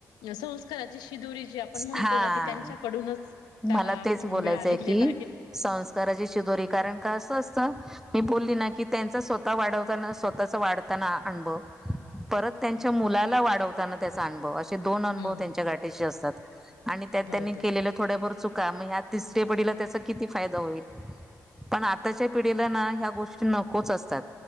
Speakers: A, on the left; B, in the centre.
A: संस्कार शिदोरी जी आपण म्हणतो
B: हा
A: ना ती त्यांच्याकडूनच त्याला
B: मला तेच बोलायचंय
A: मिळालेली
B: की
A: आहे.
B: संस्काराची शिदोरी कारण का असं असतं. मी बोलली ना की त्यांचा स्वतः वाढवताना स्वतःचा वाढताना अनुभव. परत त्यांच्या मुलाला वाढवताना त्याचा अनुभव ते दोन अनुभव
A: हम्म
B: त्यांच्या गाठीशी असतात. आणि त्यात
A: बरोबर
B: त्यांनी केलेल चूक आहे. मगं ह्यात तिसरे किती फायदा होईल. पण आताच्या पिढीला ना ह्या गोष्टी नकोच असतात